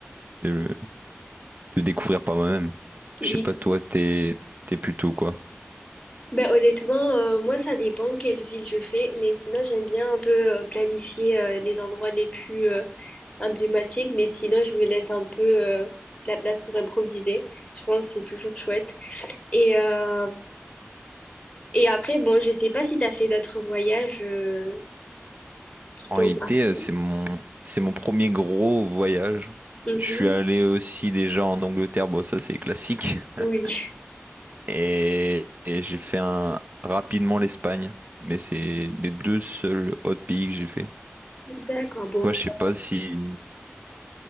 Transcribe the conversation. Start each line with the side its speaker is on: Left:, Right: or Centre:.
Right: de, de découvrir par moi-même. Je
Left: Oui.
Right: sais pas, toi, t'es, t'es plutôt quoi?
Left: Ben honnêtement, euh, moi, ça dépend quelle ville je fais, mais sinon, j'aime bien un peu euh, planifier euh, les endroits les plus euh, emblématiques, mais sinon, je me laisse un peu euh, de la place pour improviser. Je pense que c'est toujours chouette. Et, euh, et après, bon, je sais pas si t'as fait d'autres voyages euh, qui t'ont
Right: En réalité,
Left: marqué.
Right: euh, c'est mon, c'est mon premier gros voyage.
Left: Mhm.
Right: Je suis allé aussi déjà en Angleterre, bon, ça c'est classique. <laughs>
Left: Oui. <laughs>
Right: Et, et j'ai fait un, rapidement l'Espagne. Mais c'est les deux seuls autres pays que j'ai fait.
Left: D'accord, bon,
Right: Toi,
Left: ça.
Right: je sais pas si